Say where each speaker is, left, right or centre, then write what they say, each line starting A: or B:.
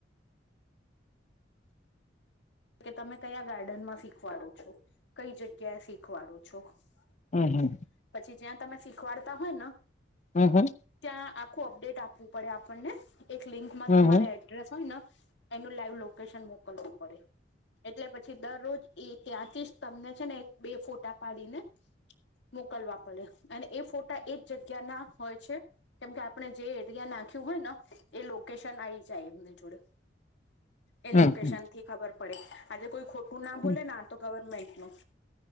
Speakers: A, on the left; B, on the left.
A: કે તમે કયા ગાર્ડનમાં શીખવાડો છો કઈ જગ્યાએ શીખવાડો છો
B: હમ
A: એવું
B: હમ
A: પછી જ્યાં તમે શીખવાડતા હોય ન
B: હમ હમ
A: ત્યાં આખું અપડેટ આપવું પડે આપણને એક લિંકમાં
B: હમ
A: તમારે
B: હમ
A: એડ એડ્રેસ હોય ન એનું લાઈવ લોકેશન મોકલવું પડે. એટલે પછી દરરોજ એ ત્યાંથી જ તમને છે ને એક બે ફોટા પાડીને. મોકલવા પડે. અને એ ફોટા એ જ જગ્યાના હોય છે. કેમ કે આપણે જે એરિયા નાખ્યું હોય ન એ લોકેશન આઈ જાય એમની જોડે. એ
B: હમ
A: લોકેશનથી
B: હમ
A: ખબર પડે. આજે કોઈ ખોટું ના બોલે
B: હમ
A: ને આતો ગવર્મેન્ટનું